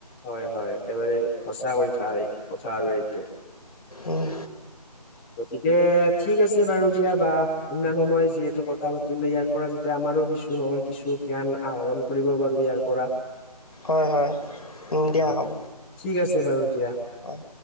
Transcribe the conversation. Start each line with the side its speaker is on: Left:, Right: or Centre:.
Centre: হয় হয়, একেবাৰে সঁচা কৰি থা এই কথা আৰু এইটো।
Left: উম
Centre: গতিকে ঠিক আছে বাৰু দিয়া বা। ইমান সময় যিহেতু কথা পাতিলো ইয়াৰ পৰা। আমাৰো কিছু নহয় কিছু জ্ঞান আহৰণ কৰিব পাৰো ইয়াৰ পৰা।
Left: হয় হয় দিয়া
Centre: অ
Left: হ'ব।
Centre: ঠিক আছে বাৰু দিয়া।
Left: অহ।